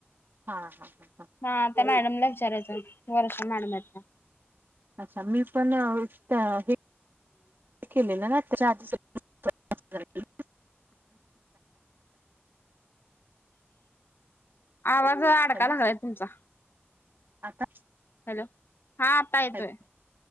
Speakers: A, on the right; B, on the left.
A: हा हा हा हा.
B: हा आता मॅडमला विचारायचं वर्षा मॅडम आहेत त्या.
A: अच्छा मी पण विस्त हे <unintelligible>
B: आवाज अडका
A: हॅलो
B: लागलाय तुमचा.
A: आता
B: हॅलो हा आता येतोय.
A: हॅलो.